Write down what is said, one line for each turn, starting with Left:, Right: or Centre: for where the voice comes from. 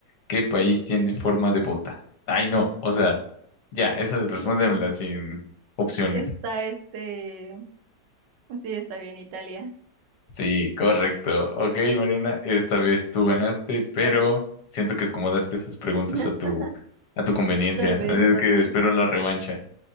Left: ¿qué país tiene forma de bota? Ay, no, o sea, ya, esa respóndemela
Right: <laughs>
Left: sin opciones.
Right: Está este. Sí, está bien, Italia.
Left: Sí, correcto. Ok, Mariana, esta vez tú ganaste, pero
Right: Ya ves.
Left: siento que acomodaste esas preguntas
Right: <laughs>
Left: a tu, a tu conveniencia.
Right: Tal vez,
Left: Así
Right: tal
Left: es que
Right: vez.
Left: espero la revancha.